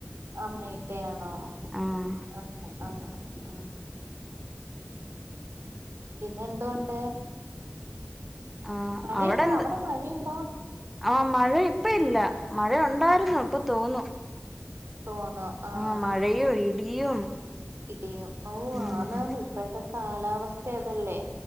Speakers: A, on the right (about 85°); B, in the centre.
A: അമ്മ ഇട്ടയാണ് ആ
B: ആഹ്
A: ആ ആ ആ ആ പിന്നെ എന്തുണ്ട്
B: ആ
A: മഴയുണ്ടോ
B: അവിടെ എന്ത്
A: മഴയുണ്ടോ
B: ആ മഴ ഇപ്പ ഇല്ല മഴ ഉണ്ടായിരുന്നു ഇപ്പൊ തോന്നു
A: തോന്നോ ആ
B: ആഹ് മഴയും
A: ആ
B: ഇടിയും
A: ഇടിയും ഓ
B: ഉം
A: ആന്നാണ് ഇപ്പോഴത്തെ കാലാവെസ്ഥ അത് അല്ലെ